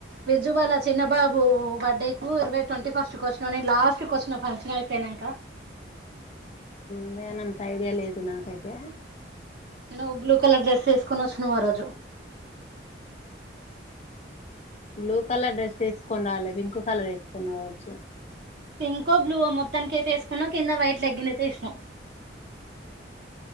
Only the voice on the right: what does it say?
విజుబాల చిన్నబాబు బర్త్డే కు ఇరవై ట్వంటీ ఫస్ట్ క వచ్చినావు న లాస్ట్ క వచ్చిన ఫంక్షన్ అయిపోయినాక
నువ్వు బ్లూ కలర్ డ్రెస్ వేసుకుొని వచ్చు నువ్ ఆ రోజు
పింకో బ్లవో మొత్తానికి అయితే వసుకున్నావు కింద వైట్ లె్న్ అయితే ఇసినాం